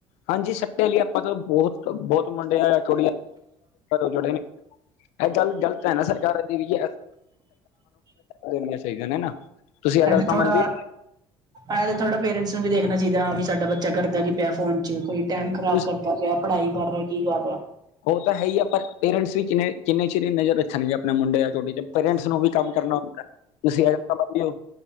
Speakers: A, on the left (about 80°); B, on the right (about 35°).
A: ਹਾਂਜੀ ਸਟੇ ਲਈ ਐਪਾਂ ਤਾਂ ਬੋਹਤ ਬੋਤ ਮੁੰਡੇ <inaudible> ਉਜੜੇ ਨੇ। ਐ ਗੱਲ ਗ਼ਲਤ ਐ ਨਾ ਸਰਕਾਰਾਂ ਦੀ <unintelligible> ਦੇਣੀਆਂ ਚਾਈਦੀਆਂ ਨੇ ਨਾ। ਤੁਸੀਂ ਇਹ
B: ਐਂ
A: ਗੱਲ
B: ਤੇ
A: ਤਾਂ
B: ਥੋੜਾ
A: ਮੰਨਦੇ
B: ਐ ਤੇ ਥੋੜਾ ਪੇਰੈਂਟਸ ਨੂੰ ਵੀ ਦੇਖਣਾ ਚਾਈਦਾ ਹਾਂ ਵੀ ਸਾਡਾ ਬੱਚਾ ਕਰਦਾ ਕੀ ਪਿਆ ਫੋਨ ਚ ਕੋਈ ਟੈਮ ਖਰਾਬ
A: ਤੁਸੀਂ-
B: ਕਰਦਾ ਪਿਆ ਪੜ੍ਹਾਈ ਕਰ ਰਿਆ ਕੀ ਕਰ ਰਿਆ।
A: ਓ ਤਾਂ ਹੈ ਈ ਆ ਪਰ ਪੇਰੈਂਟਸ ਵੀ ਕਿੰਨੇ-ਕਿੰਨੇ ਚਿਰ ਨਜ਼ਰ ਰੱਖਣ ਗੇ ਆਪਣੇ ਮੁੰਡਿਆਂ ਤੁਹਾਡੀ ਤੇ ਪੇਰੈਂਟਸ ਨੂੰ ਵੀ ਕੰਮ ਕਰਨਾ ਹੁੰਦੈ ਤੁਸੀਂ ਏ ਤਾਂ ਮੰਨਦੇ ਓ